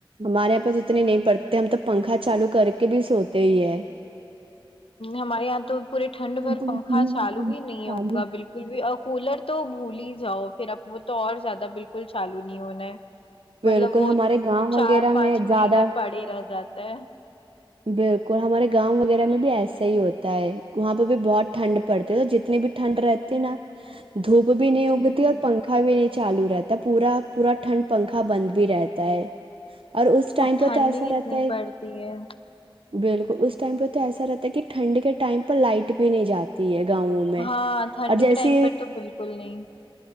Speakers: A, on the right (about 75°); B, on the left (about 85°).
A: ہمارے یہاں پس اتنی نہیں پڑتی ہم تو پنکھا چالو کر کے بھی سوتے ہی ہے
B: ہمارے یہاں تو پورے ٹھنڈ
A: بالکل
B: بھر پنکھا
A: اتنی
B: چالو
A: ٹھنڈ
B: بھی نہیں
A: چالو
B: ہوگا بالکل بھی اور کولر تو بھول ہی جاؤ پھر اب وہ تو اور زیادہ بالکل چالو نہیں ہونا ہے مطلب
A: بالکل
B: وہ
A: ہمارے گاؤں وغیرہ
B: چار پانچ
A: میں زیادہ
B: مہینے پڑے رہ جاتے تا
A: بالکل ہمارے گاؤں وغیرہ میں بھی ایسا ہی ہوتا ہے وہاں پہ بھی بہت ٹھنڈ پڑتی ہے تو جتنی بھی ٹھنڈ رہتی ہے نا دھوپ بھی نہیں اگتی
B: جی
A: اور
B: جی
A: پنکھا بھی نہیں چالو رہتا پورا پورا ٹھنڈ پنکھا بند بھی رہتا ہے اور اس ٹائم
B: اب
A: پہ
B: ٹھنڈ
A: تو ایسا
B: ہی اتنی
A: رہتا ہے
B: پڑتی ہے
A: بالکل اس ٹائم پہ تو ایسا رہتا ہے کہ ٹھنڈ کے ٹائم پہ لائٹ بھی نہیں جاتی ہے گاؤوں میں
B: ہاں ٹھنڈ
A: اور جیسے
B: کے ٹائم پر تو بالکل نہیں